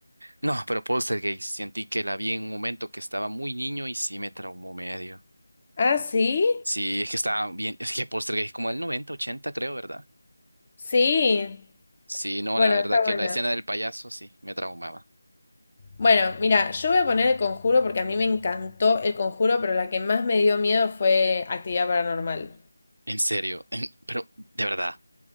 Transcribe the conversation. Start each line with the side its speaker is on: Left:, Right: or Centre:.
Right: No, pero Poltergeist, sentí que la vi en un momento que estaba muy niño y sí me traumó medio.
Left: ¿Ah, sí?
Right: Sí, es que estaba bien, es que Poltergeist es como del 90 80 creo, ¿verdad?
Left: Sí.
Right: Sí, no,
Left: Bueno,
Right: la verdad
Left: está
Right: que
Left: buena.
Right: la escena del payaso sí me traumaba.
Left: Bueno, mira, yo voy a poner El Conjuro porque a mí me encantó El Conjuro, pero la que más me dio miedo fue Actividad Paranormal.
Right: En serio, en- pero de verdad.